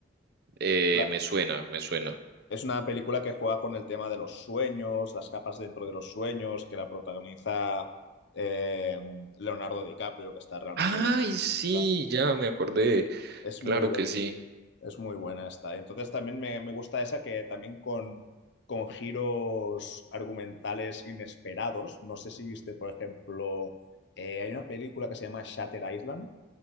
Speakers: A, on the right (about 60°); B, on the left (about 65°).
A: Eh,
B: La-
A: me suena, me suena.
B: es una película que juega con el tema de los sueños, las capas dentro de los sueños, que la protagoniza eh, Leonardo DiCaprio, que está realmente
A: Ay,
B: bien en esta
A: sí,
B: película.
A: ya me acordé.
B: Es
A: Claro
B: muy buena.
A: que sí.
B: Es muy buena esta. Entonces también me, me gusta esa que también con, con giros argumentales inesperados. No sé si viste, por ejemplo, eh, hay una película que se llama Shatter Island.